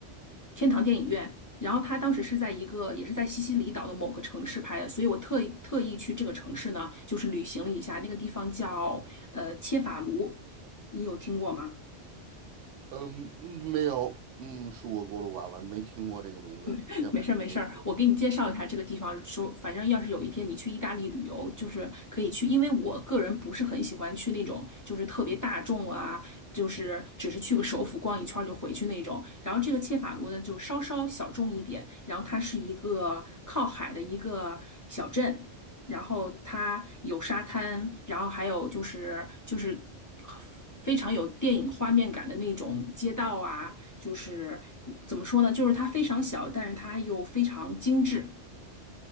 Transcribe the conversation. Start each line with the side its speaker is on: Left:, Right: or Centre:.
Left: 天堂电影院，然后他当时是在一个也是在西西里岛的某个城市拍的，所以我特意特意去这个城市呢，就是旅行了一下，那个地方叫呃切法卢，你有听过吗？
Right: 嗯，嗯没有，嗯，恕我过路寡闻，没听过这个名字，
Left: <laughs>
Right: 切法我没听过。
Left: 没事儿没事儿，我给你介绍一下这个地方。
Right: 嗯，
Left: 说，反正要是有一天你去意大利旅游，就是可以去，因为我个人不是很喜欢去那种就是特别大众啊，就是只是去个首府逛一圈儿就回去那种。然后这个切法卢呢，就稍稍小众一点，然后它是一个靠海的一个小镇，然后它有沙滩，然后还有就是就是。非常有电影画面感的那种街道啊，就是怎么说呢？就是它非常小，但是它又非常精致。